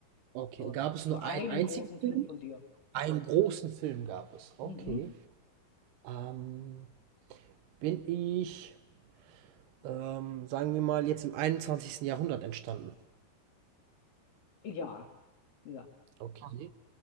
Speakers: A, on the right (about 80°); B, on the left (about 60°).
A: Okay,
B: Aber
A: gab
B: es gibt
A: es nur
B: so einen
A: einen einzigen
B: großen Film
A: Film?
B: von dir.
A: Einen großen Film gab es. Okay.
B: Mhm.
A: Ähm, bin ich, ähm, sagen wir mal, jetzt im einundzwanzigsten Jahrhundert entstanden.
B: Ja, ja,
A: Okay.